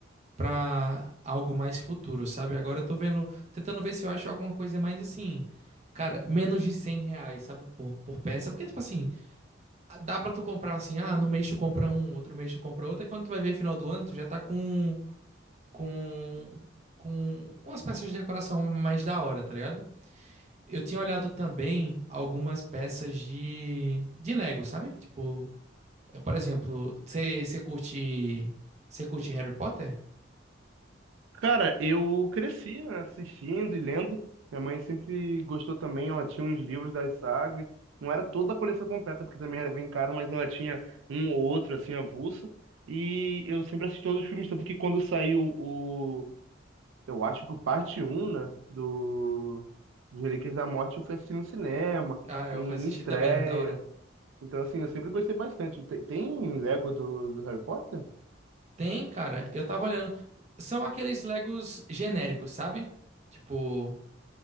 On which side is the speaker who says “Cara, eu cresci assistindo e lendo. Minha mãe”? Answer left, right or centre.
Right